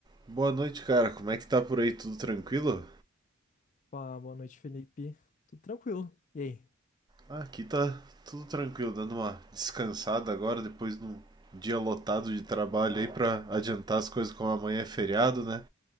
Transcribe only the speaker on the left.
Pá, boa noite, Felipe. Tudo tranquilo. E aí?